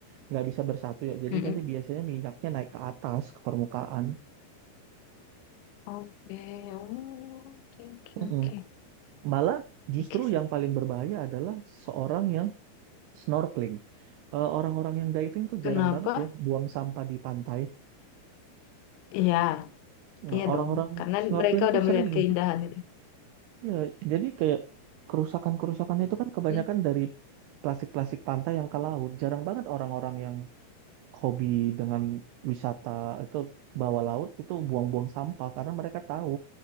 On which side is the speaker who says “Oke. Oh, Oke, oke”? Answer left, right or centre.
Left